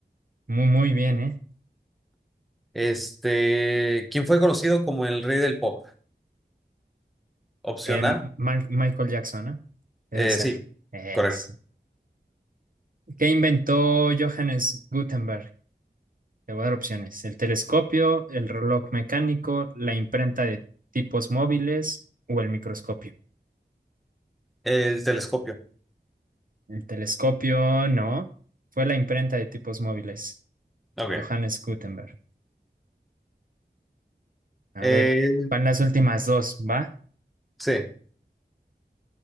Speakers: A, on the right; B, in the centre.
A: Muy, muy bien, ¿eh?
B: Este, ¿quién fue conocido como el rey del pop? Opción
A: Eh,
B: A.
A: Ma- Michael Jackson, ¿eh? Debe
B: Eh,
A: ser.
B: sí,
A: es
B: correcto.
A: ¿Qué inventó Johannes Gutenberg? Te voy a dar opciones. El telescopio, el reloj mecánico, la imprenta de tipos móviles o el microscopio.
B: El telescopio.
A: El telescopio no, fue la imprenta de tipos móviles.
B: Ok.
A: Johannes Gutenberg. A
B: Eh,
A: ver, van las últimas dos, ¿va?
B: sí.